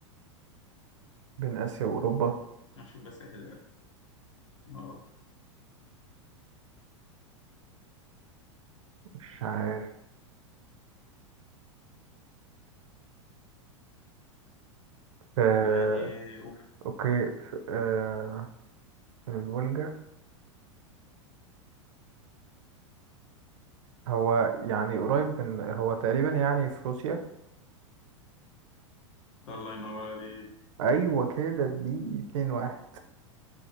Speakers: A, on the right; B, on the left.
A: بين اسيا واوروبا
B: هنشوف بس اهلها لك اه
A: مش عارف آه
B: يعني أوه.
A: اوكي في آه الفولجا هو يعني قريب من هو تقريبا يعني في روسيا
B: الله ينور عليك
A: ايوه كده دي اتنين واحد